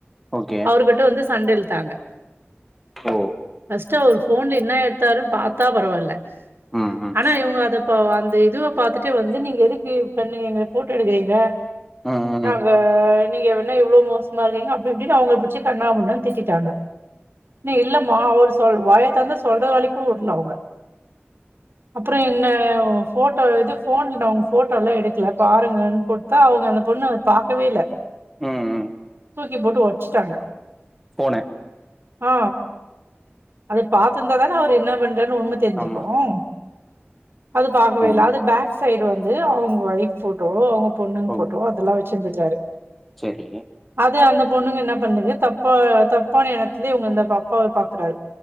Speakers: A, in the centre; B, on the right.
A: ஓகே
B: அவரு கிட்ட வந்து சண்ட இழுத்தாங்க
A: ஓ
B: ஃபஸ்ட் அவு ஃபோன்ல என்ன எடுத்தாருன்னு பாத்தா பரவால்ல
A: ம் ம்
B: ஆனா இவங்க அத ப அந்த இதுவ பாத்துட் டு வந்து நீங்க எதுக்கு பண்ணு நீங்க ஃபோட்டோ எடுக்குறீங்க
A: ம் ம்
B: நாங்க நீங்க எவன்ன இவ்ளோ மோசமா இருக்கீங்க அப்டி இப்டின்னு அவங்கள புச்சி கண்ணாபின்னானு திட்டிட்டாங்க நி இல்லம்மா அவரு சொல் வாய தெறந்து சொல்ற வலைக்கு விடுல அவங்க அப்புற என்ன ஃபோட்டோ இது ஃபோன்ல நா உங்ள போட்டோலா எடுக்கல பாருங்கன் குடுத்தா அவுங்க அந்த பொண்ணு பாக்கவே இல்ல
A: ம்
B: தூக்கி போட்டு ஒச்சிட்டாங்க
A: போன
B: ஆ அது பாத்திருந்தா தானே அவரு என்ன பண் ருன்னு உண்ம தெருஞ்சுக்கும்
A: ஆமா
B: அது பாக்கவே
A: ஆமா
B: இல்ல அது பேக் சைடு வந்து அவுங்க வைஃப் போட்டோ அவ பொண்ணுங்
A: ஓ
B: ஃபோட்டோ அதெல்லா வச் செஞ்சுற்றாரு
A: சரி
B: அது அந்த பொண்ணுங்க என்ன பண்ணுங்க தப் தப்ப தப்பான என்னத்துலய இவங்க இந்த பாப்பாவ பாக்கறாரு